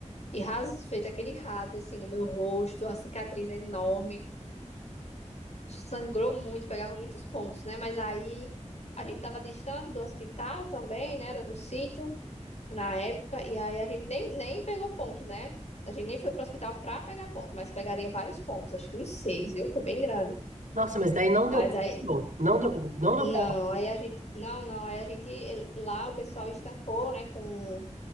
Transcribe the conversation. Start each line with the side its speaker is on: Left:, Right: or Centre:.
Left: E ras fez aquele rasgo assim no meu rosto, a cicatriz enorme, sangrou muito, pegava muitos pontos, né? Mas aí a gente tava distante do hospital também, né? Era no sítio na época, e aí a gente nem, nem pegou ponto, né? A gente nem foi pro hospital pra pegar ponto, mas pegaria vários pontos, acho que uns seis, viu? Foi bem grande.
Right: Nossa, mas daí não
Left: Mas
Right: deu
Left: aí,
Right: pulo. Não deu pulo. Não deu
Left: não,
Right: pulo.
Left: aí a gente, não, não, aí a gente, lá o pessoal estancou, né, com